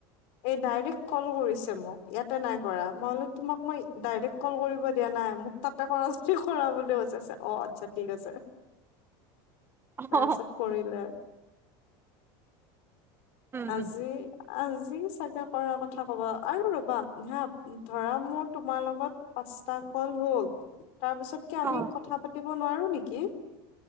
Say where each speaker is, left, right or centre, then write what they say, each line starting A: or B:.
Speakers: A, on the left; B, on the right.
A: এই ডাইৰেক্ট কল কৰিছে মোক। ইয়াতে নাই কৰা। মই বোলো তোমাক মই ডাইৰেক্ট কল কৰিব দিয়া নাই, মোক তাতে কৰা যদি কৰা বুলি কৈছে। অ, আচ্ছা ঠিক আছে বুলি কৈছে।
B: অ
A: তাই চব কৰিলে
B: উম
A: আজি,
B: উম
A: আজি চাগে কৰা কথা কবা। আৰু ৰবা হা ধৰা মোৰ তোমাৰ লগত পাঁচটা কল হ'ল। তাৰপিছত কি আমি
B: অ
A: কথা পাতিব নোৱাৰো নেকি? কি?